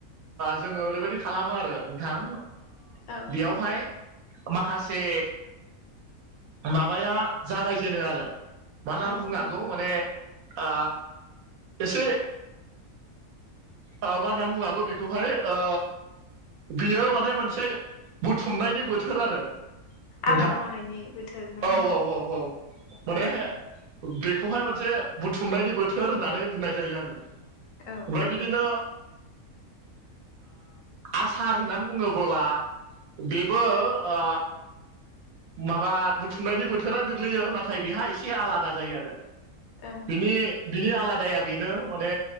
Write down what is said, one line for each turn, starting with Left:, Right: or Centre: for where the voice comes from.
Right: जोङो ओरैबायाददि खालामो आरो नोंथां
Left: औ
Right: बेयावहाय माखासे माबाया जागायजेनो आरो मानो
Left: औ
Right: बुंनो हागौ माने आ एसे मा होननानै बुंनो हागौ बेखौहाय ओ बियो माने मोनसे बुथुमनायनि बोथोर आरो नोंथां
Left: आबाद मावनायनि बोथोर ना
Right: औ औ औ औ माने
Left: औ
Right: बेखौहाय मोनसे बुथुमनायनि बोथोर होननानै बुंनाय जायो आरो।
Left: औ
Right: ओमफ्राय बिदिनो आसार होननानै बुङोबोला बेबो ओ माबा बुथुमनायनि बोथोरानो गोग्लैयो नाथाय बेहा एसे आलादा जायो आरो
Left: औं
Right: बिनि आलादाया बेनो माने